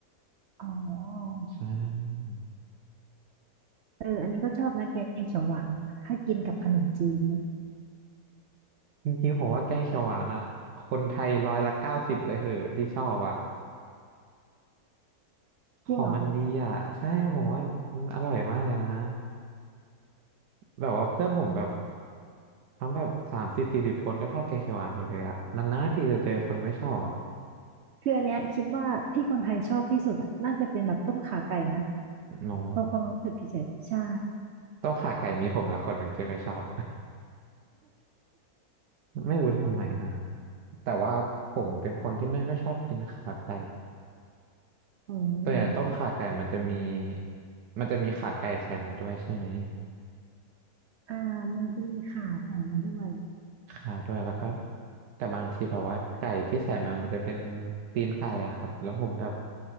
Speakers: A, on the right; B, on the right.
A: อ๋อ
B: ใช่
A: เอออันนี้ก็ชอบนะแกงเขียวหวาน ถ้ากินกับขนมจีนนี่
B: จริงๆผมว่าแกงเขียวหวานอ่ะคนไทยร้อยละเก้าสิบเลยเหอะที่ชอบอ่ะของมันดีอ่ะใช่ผมว่ามันอร่อยมากเลยนะ
A: จริงเหรอ
B: แบบว่าเพื่อนผมแบบทั้งแบบสามสิบสี่สิบคนก็ชอบแกงเขียวหวานหมดเลยอ่ะนานๆที่จะเจอคนไม่ชอบอ่ะ
A: คืออันเนี้ยคิดว่าที่คนไทยชอบที่สุดอะน่าจะเป็นแบบต้มข่าไก่นะ
B: เนาะ
A: ความความรู้สึกเฉยๆใช่
B: ต้มข่าไก่มีผมละคนหนึ่งที่ไม่ชอบ <laughs> ไม่รู้ทำไมนะแต่ว่าผมเป็นคนที่ไม่ค่อยชอบกินขาไก่
A: อืม
B: ตัวอย่างต้มขาไก่มันจะมีมันจะมีขาไก่ใส่มาด้วยใช่ไหม
A: อ่ามันจะมีข่าใส่มาด้วย
B: ขาด้วยแล้วก็แต่บางทีแบบว่าไก่ที่ใส่มามันจะเป็นตีนไก่อะครับแล้วผมแบบ